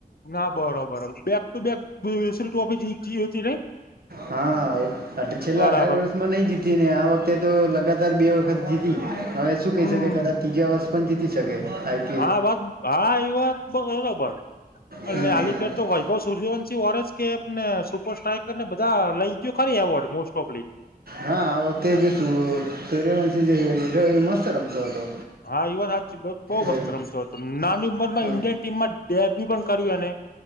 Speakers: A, on the left (about 70°); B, on the right (about 70°).
A: હા બરોબર બેક ટુ બેક વીલીસીલ ટ્રોફી જી તી હતી રે
B: હા હા તે છેલ્લા
A: બરાબર
B: અઢાર વર્ષમાં નઈ જીતી ને આ વખતે તો લગાતાર બે વખત જીતી હવે શું
A: હમ
B: કઈ શકાય કદાચ તીજા વર્ષ પન જીતી શકે આઈ
A: હા <unintelligible> હા ઈ વાત તો બરોબર અને
B: હમ,
A: હાલી
B: હમ.
A: ફેર તો વૈભવ સૂર્યવંશસિ વોરેજ કેપને સુપર સ્ટાઈકર ને બધાં લઈ ગ્યુ ખરી એવોર્ડ મોસ્ટોફલી.
B: હા આ વક્તે જે સૂ સૂર્યવંશી જે હીરો ઈ મસ્ત રમતો હતો.
A: હા ઈ વાત હાચી બ બઉ મસ્ત
B: ઓય,
A: રમતો નાની ઉંમર માં
B: હા
A: ઇન્ડિયન ટીમ માં ડેબી પણ કર્યું એને